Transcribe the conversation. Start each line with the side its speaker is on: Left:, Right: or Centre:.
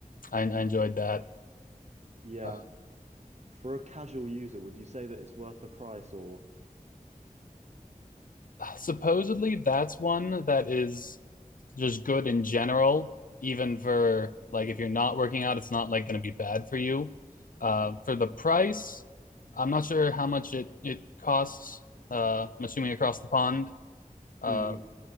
Left: I, I enjoyed that.
Right: Yeah.
Left: Uh,
Right: For a casual user, would you say that it's worth the price or
Left: supposedly that's one that is just good in general, even for like if you're not working out, it's not like going to be bad for you. Uh, for the price, I'm not sure how much it it costs. Uh, I'm assuming across the pond, uh,
Right: mm,